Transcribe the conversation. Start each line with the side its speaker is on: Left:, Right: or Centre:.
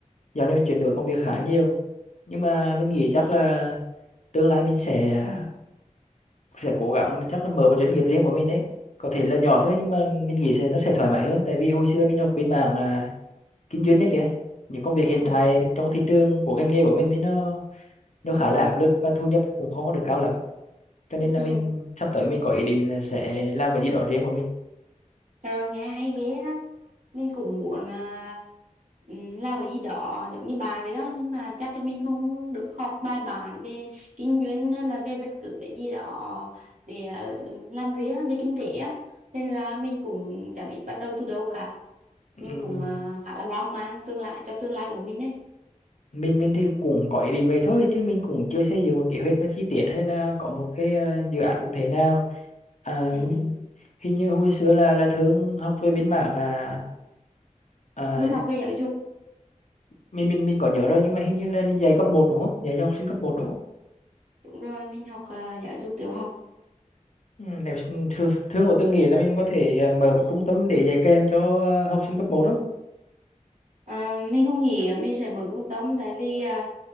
Left: dạo này mình chuyển đổi công việc khá nhiều nhưng mà mình nghĩ chắc là tương lai mình sẽ sẽ cố gắng chắc là mở một doanh nghiệp riêng của mình ấy có thể là nhỏ thôi nhưng mà mình nghĩ sẽ nó sẽ thoải mái hơn tại vì hồi xưa mình học bên mảng à, kinh doanh đấy kìa những công việc hiện
Right: ừ
Left: tại trong thị trường của ngành nghề của mình thì nó nó khá là áp lực và thu nhập cũng không có được cao lắm cho nên là
Right: ừ
Left: mình sắp tới mình có ý định là sẽ làm cái gì đó riêng của mình
Right: Ờ, nghe hay ghê á mình cũng muốn là ừ, làm cái gì đó giống như bạn vậy đó nhưng mà chắc là mình không được học bài bản về kinh doanh hay là về bất cứ cái gì đó để ờ, làm riêng về kinh tế á thế nên là mình cũng chả biết bắt đầu từ đâu cả
Left: Ừm,
Right: mình cũng ờ, khá là hoang mang tương lai cho tương lai của mình đấy
Left: mình mình thì cũng có ý định vậy thôi chứ mình cũng chưa xây dựng một kế hoạch nó chi tiết hay là có một cái ờ, dự án cụ thể nào à,
Right: ừ.
Left: hình như hồi xưa là là thương học về bên mảng à, à
Right: mình học về giáo dục
Left: mình mình mình có nhớ rồi nhưng mà hình như là mình dạy cấp một đúng không dạy cho học sinh cấp một đúng không
Right: đúng rồi mình học ờ, giáo dục tiểu học
Left: Ừm, nếu thương, thương có từng nghĩ là mình có thể ờ, mở một trung tâm để dạy kèm cho ờ, học sinh cấp 1 không
Right: À, mình không nghĩ à, mình sẽ mở trung tâm tại vì à,